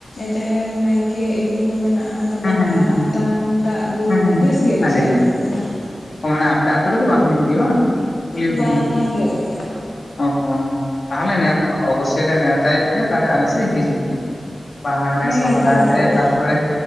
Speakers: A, on the left (about 85°); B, on the left (about 65°).
A: ᱡᱟᱦᱮᱨ ᱱᱟᱭᱠᱮ ᱤᱫᱤ ᱠᱚ ᱢᱮᱱᱟᱜᱼᱟ᱾ ᱛᱟᱯᱚᱨᱮ
B: ᱦᱮᱸ ᱦᱮᱸ
A: ᱵᱟᱦᱟ
B: ᱦᱮᱸ
A: ᱟᱛᱟᱝ ᱫᱟᱜ ᱫᱩᱞ
B: ᱦᱮᱸ ᱦᱮᱸ
A: ᱵᱮᱥ ᱜᱮ ᱵᱩᱡᱷᱟᱹᱜᱼᱟ
B: ᱟᱹᱰᱤ
A: ᱚᱱᱟ ᱠᱚᱦᱚᱸ
B: ᱢᱟᱱᱮ ᱟᱯᱮ ᱟᱛᱳ ᱨᱮᱫᱚ ᱵᱟᱝ ᱦᱩᱭᱩᱜ ᱜᱮᱭᱟ ᱵᱟᱝ ᱠᱩᱞᱤ ᱦᱩᱰᱤᱧ᱾
A: ᱵᱟᱝ ᱵᱟᱝ ᱦᱩᱭᱩᱜ ᱜᱮᱭᱟ
B: ᱚ ᱦᱚᱸ ᱛᱟᱦᱚᱞᱮ ᱱᱮᱛᱟ ᱚᱵᱚᱥᱭ ᱞᱮ ᱱᱮᱛᱟ᱾ <inaudible> ᱯᱮᱭᱟ ᱛᱟᱦᱞᱮ ᱟᱞᱮ ᱥᱮᱮᱫ ᱦᱤᱡᱩᱜ ᱯᱮ ᱵᱟᱦᱟ ᱨᱮ
A: ᱦᱮᱸ
B: ᱥᱚᱦᱨᱟᱭ
A: ᱪᱟᱞᱟᱜ
B: ᱨᱮ
A: ᱦᱩᱭᱩᱜᱼᱟ
B: ᱛᱟᱯᱚᱨᱮ